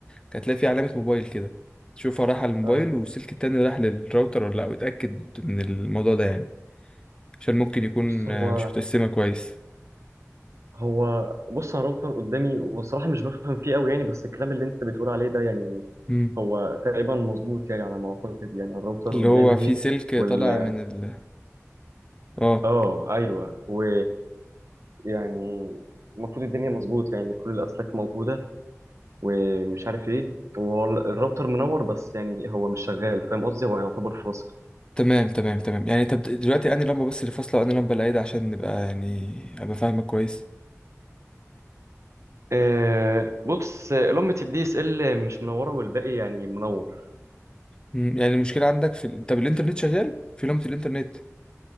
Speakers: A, on the left; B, on the right.
A: كانت هتلاقي فيه علامه موبايل كده تشوفها راح على الموبايل
B: اه
A: والسلك التاني راح للراوتر ولا لا واتاكد من الموضوع ده يعني عشان ممكن يكون
B: بص هو
A: آه، مش متقسمه كويس
B: هو بص انا راوتر قدامي والصراحه مش بفهم فيه قوي يعني بس الكلام اللي انت بتقول عليه ده يعني
A: امم
B: هو تقريبا مظبوط يعني على ما اعتقد يعني الراوتر
A: اللي
B: قدامي
A: هو
B: اهي
A: فيه سلك طالع
B: وال
A: من ال اه
B: اه ايوه و يعني المفروض الدنيا مظبوط يعني كل الاسلاك موجوده ومش عارف ايه وهو ال- الراوتر منور بس يعني هو مش شغال فاهم قصدي هو يعتبر فاصل
A: تمام تمام تمام يعني طب دلوقتي انهي لمبه بس اللي فاصله وانهي لمبه اللي عايده عشان نبقى يعني ابقى فاهمك كويس
B: أه بص لمبة الدي اس ال مش منوره والباقي يعني منور
A: مم، يعني المشكلة عندك في ال- طب الإنترنت شغال في لمبة الإنترنت